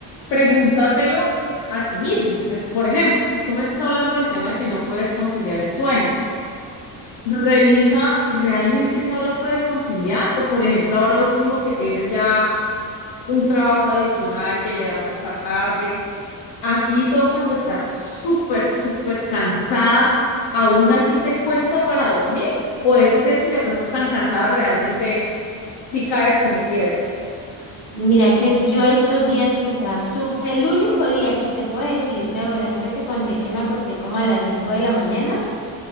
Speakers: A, on the left; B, on the left.
A: pregúntatelo a ti misma. Entonces, por ejemplo, tú me estás hablando del tema de que no puedes conciliar el sueño. Revisa, ¿realmente no lo puedes conciliar? O, por ejemplo, ahora último que tienes ya un trabajo adicional que le das hasta tarde, así todo cuando estás súper, súper cansada, aún así te cuesta para dormir. O esos días que te acuestas tan cansada, realmente sí caes como piedra.
B: Mira que yo estos días que estaba sub, el único día que te puedo decir, ¿te acuerdas que te conté que me acosté como a las 5 de la mañana?